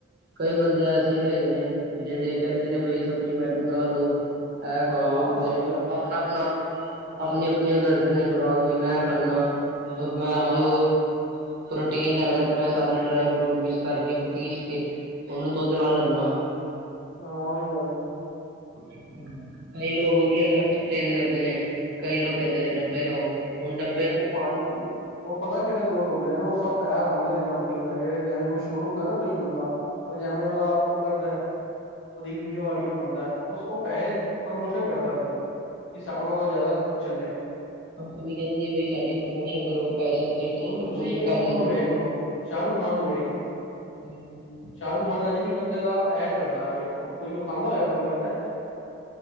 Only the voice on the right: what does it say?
ਕਈ ਬੰਦੇ ਐਸੇ ਵੀ ਹੈਗੇ ਨੇ ਜਿਹੜੇ ਕਹਿੰਦੇ ਨੇ ਬਈ ਸਪਲੀਮੈਂਟ ਨਾ ਲਓ। ਐ ਖਾਓ
ਉਹ
ਖਾਓ
ਆਪਣਾ-ਆਪਣਾ। ਆਪਣੀ-ਆਪਣੀ ਉਹ ਦੱਸਦੇ ਨੇ ਖੁਰਾਕ ਬਈ ਮੈਂ ਖਾਂਦਾ ਮੈਂ
ਜੋ ਪ੍ਰੋਟੀਨ ਲੈਣਾ ਤੇ ਮੈਂ ਸਾਰੇ ਡਰਾਈ ਫਰੂਟ ਮਿਕਸ ਕਰਕੇ ਪੀਸ ਕੇ ਉਹਨੂੰ ਦੁੱਧ ਨਾਲ ਲੈਦਾ।
ਹਮ ਹਮ। ਕਈ ਲੋਕ ਵਧੀਆ ਐਕਸਪਲੇਨ ਕਰਦੇ ਨੇ ਕਈ ਲੋਕ ਕਹਿੰਦੇ ਨੇ ਡੱਬੇ ਖਾਓ ਹੁਣ ਡੱਬੇ।
ਕੰਪਨੀ ਕਹਿੰਦੀ ਹੈ, ਬਈ ਸਾਡੀ ਪ੍ਰਮੋਸ਼ਨ ਕਰੋ ਪੈਸਿਆਂ ਦੇ ਚੱਕਰ
ਚ
ਪ੍ਰਮੋਸ਼ਨ ਕਰ
ਦਿੰਦਾ।